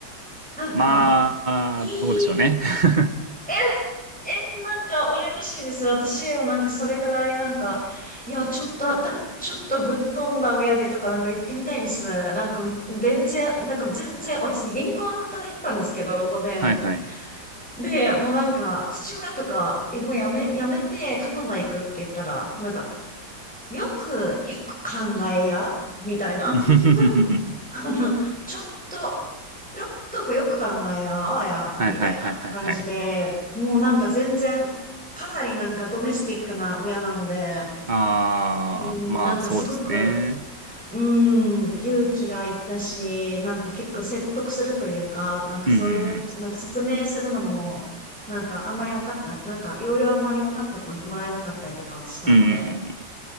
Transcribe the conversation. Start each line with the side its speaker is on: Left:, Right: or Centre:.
Centre: なんか、
Right: まあ、
Centre: い
Right: どうでしょうね。
Centre: い、
Right: <laughs>
Centre: え、え、なんか羨ましいです。私もなんかそれぐらいなんか、いや、ちょっとあった、ちょっとぶっ飛んだ親でとかなんか言ってみたいです。なんか、全然、なんか全然、私銀行で働いてたんですけど、5
Right: はいはい。
Centre: 年。で、もうなんか、父親とか、え、もうやめ、やめてカナダ行くって言ったら、なんか、よく、よく考えや、みたいな。
Right: <laughs>
Centre: <laughs> あの、ちょっと、ちょっとこうよく考えや、あや、
Right: はいはいはいはいはい。
Centre: みたいな感じで、もうなんか全然、かなりなんかドメスティックな親なので、
Right: ああ、
Centre: うん、
Right: まあそうですね。
Centre: なんかすごく、うーん、勇気がいったし、なんか結構説得するというか、なんかそういう、
Right: うんうん
Centre: なんか説明するのも、なんかあんまり分かってな、なんか要領あんまり分かってこもらえなかったりとかしたんで。
Right: うん。うんうんうん。